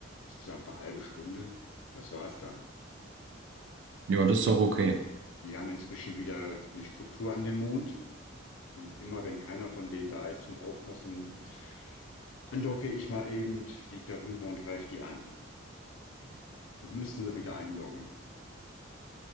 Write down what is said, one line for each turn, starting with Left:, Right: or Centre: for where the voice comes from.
Left: insgesamt eine halbe Stunde. Das war's dann.
Right: Ja, das ist doch okay.
Left: Die haben inzwischen wieder eine Struktur an dem Mond und immer wenn keiner von denen da ist zum Aufpassen, andocke ich mal eben, flieg darüber und greife die an. Dann müssen wir wieder einloggen.